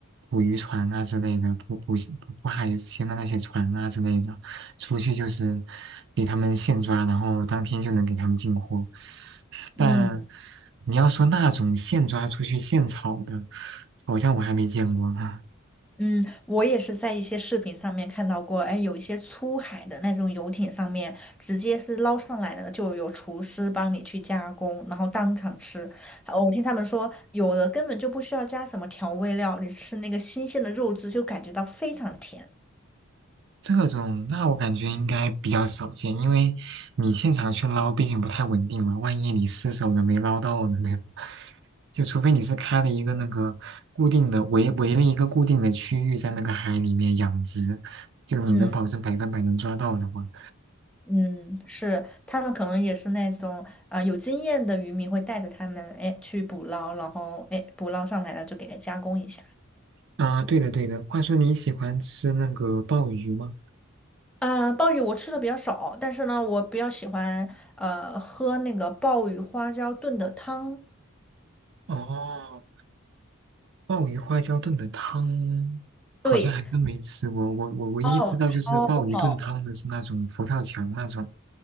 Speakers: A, on the right; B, in the centre.
A: 捕鱼船啊之类的，捕捕捕海鲜的那些船啊之类的。出去就是给他们现抓，然后当天就能给他们进货。
B: 嗯，
A: 但你要说那种现抓出去现炒的，好像我还没见过啊。
B: 嗯，我也是在一些视频上面看到过，哎，有一些出海的那种游艇上面，直接是捞上来的，就有厨师帮你去加工，然后当场吃。哦，我听他们说，有的根本就不需要加什么调味料，你吃那个新鲜的肉质就感觉到非常甜。
A: <laughs> 这种那我感觉应该比较少见，因为你现场去捞，毕竟不太稳定嘛，万一你失手了没捞到呢，对吧？就除非你是开了一个那个固定的围围了一个固定的区域在那个海里面养殖，就你能保证百分百能抓到的话，
B: 嗯嗯，是，他们可能也是那种呃有经验的渔民会带着他们，哎，去捕捞，然后哎捕捞上来了就给它加工一下。
A: 啊，对的对的。话说你喜欢吃那个鲍鱼吗？
B: 呃，鲍鱼我吃的比较少，但是呢，我比较喜欢呃喝那个鲍鱼花椒炖的汤。
A: 哦，鲍鱼花椒炖的汤，好像还真没吃过。
B: 对，
A: 我我唯一知道就是鲍鱼炖汤的是那种佛跳墙那种，
B: 哦，超好。